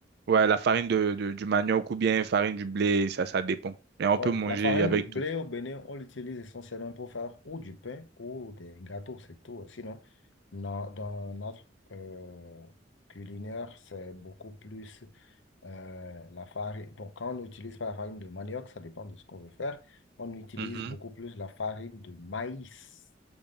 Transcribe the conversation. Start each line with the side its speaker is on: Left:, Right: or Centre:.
Right: Ouais, la farine de, de- du manioc ou bien farine du blé, ça, ça dépend. Mais on
Left: Ouais,
Right: peut manger
Left: la farine
Right: avec
Left: du blé
Right: tout.
Left: au Bénin, on l'utilise essentiellement pour faire ou du pain ou des gâteaux, c'est tout. Sinon, na- dans notre euh, culinaire, c'est beaucoup plus euh, la farine. Bon, quand on n'utilise pas la farine de manioc, ça dépend de ce qu'on veut faire. On utilise
Right: Mhm.
Left: beaucoup plus la farine de maïs.